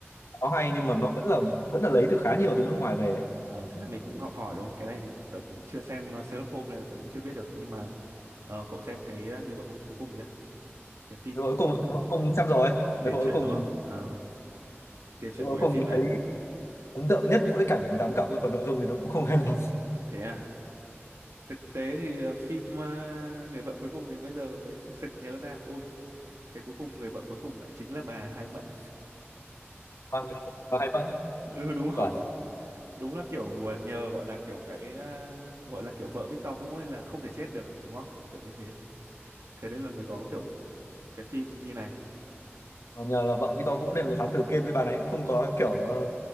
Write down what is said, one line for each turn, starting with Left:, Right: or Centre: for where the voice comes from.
Left: nó hay nhưng mà nó vẫn là vẫn là lấy từ khá nhiều từ nước ngoài về ấy.
Right: Ờ, thế là mình cũng học hỏi đúng không? Cái này thì tớ cũng chưa xem uh, Sherlock Holmes nên là tớ cũng chưa biết được nhưng mà ờ, cậu xem cái uh, người vợ cu- cuối cùng chưa? Cái phim
Left: Người cuối cùng người cuối cùng xem rồi rồi
Right: tiền
Left: cuối
Right: truyện
Left: cùng
Right: đúng không? Ờ, tiền truyện
Left: người cuối
Right: của cái
Left: cùng
Right: phim này.
Left: thấy ấn tượng nhất mỗi cảnh 18 cộng còn nội dung thì nó cũng không hay lắm
Right: Thế à? thực tế thì ờ, phim ờ, người vợ cuối cùng thì bây giờ mới thực sự nhớ ra ôi thế cuối cùng người vợ cuối cùng lại chính là bà Hai Mẫn <laughs>
Left: và, và hay vẫn
Right: ừ đúng
Left: chuẩn
Right: không đúng là kiểu ờ, nhờ gọi là kiểu cái ờ, gọi là kiểu vợ Victor Vũ nên là không thể chết được đúng không kiểu như thế thế nên là mới có kiểu cái phim như này
Left: Ờ, nhờ là vợ Victor Vũ nên là thám tử Kiên với bà này cũng không có kiểu ờ,